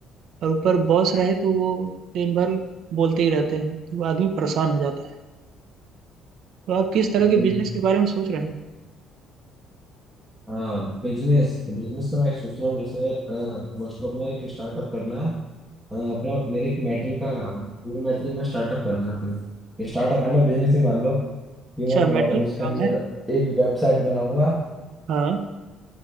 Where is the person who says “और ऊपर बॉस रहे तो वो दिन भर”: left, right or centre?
Right